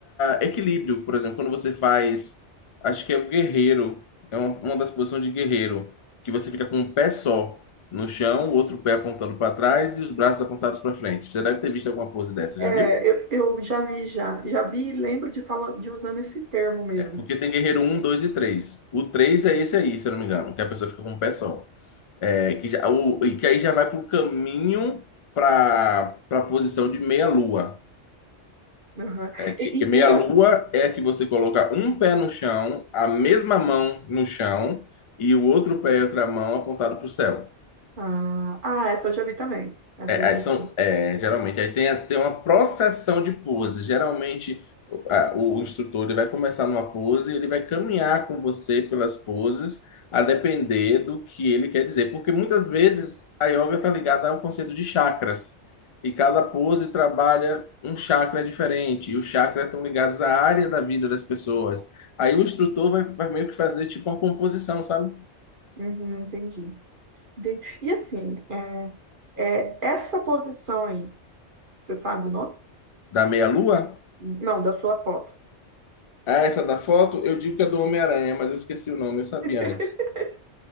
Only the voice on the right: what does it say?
É,
eu, eu já vi, já. Já vi e lembro de, fala, de usando esse termo mesmo.
Aham. E,
e, e é-
ah, ah, essa eu já vi também. Essa
eu já
vi.
Uhum, entendi. Enten- E assim, é, é, essa posição aí, você sabe o nome?
Não, da sua foto.
<laughs>